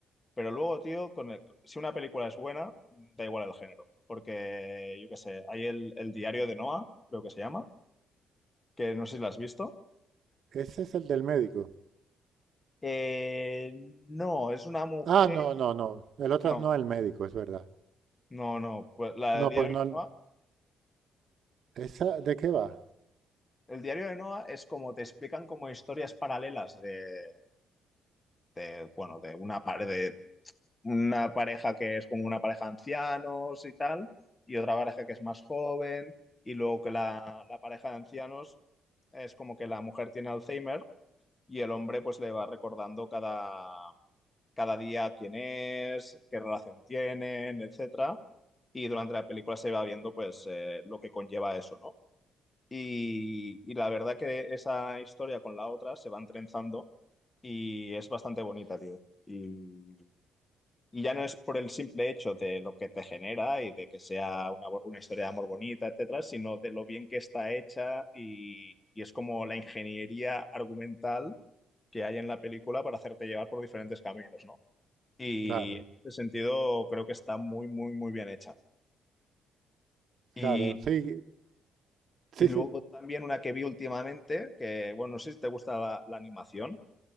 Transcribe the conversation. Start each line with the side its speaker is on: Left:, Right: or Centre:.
Left: Pero luego, tío, con el- si una película es buena, da igual el género. Porque, yo qué sé, hay el, el diario de Noah, creo que se llama que no sé si la has visto.
Right: Ese es el del médico.
Left: Eh, no, es una mujer.
Right: Ah, no, no, no. El otro
Left: No,
Right: es no el médico, es verdad.
Left: no, no. Pues la
Right: No,
Left: de Diario
Right: pues no.
Left: de
Right: el-
Left: Noa.
Right: ¿Esa de qué va?
Left: El Diario de Noa es como te explican como historias paralelas de, de, bueno, de una pareja, de una pareja que es como una pareja de ancianos y tal, y otra pareja que es más joven, y luego que la, la pareja de ancianos es como que la mujer tiene Alzheimer y el hombre pues le va recordando cada, cada día quién es, qué relación tienen, etcétera. Y durante la película se va viendo pues eh, lo que conlleva eso, ¿no? Y, y la verdad que esa historia con la otra se van trenzando y es bastante bonita, tío. Y, y ya no es por el simple hecho de lo que te genera y de que sea una, bo- una historia de amor bonita, etcétera, sino de lo bien que está hecha y, y es como la ingeniería argumental que hay en la película para hacerte llevar por diferentes caminos, ¿no? Y
Right: Claro,
Left: en ese sentido creo que está muy, muy, muy bien hecha. Y,
Right: claro. Sí, sí,
Left: y luego
Right: sí.
Left: también una que vi últimamente, que bueno, no sé si te gusta la, la animación.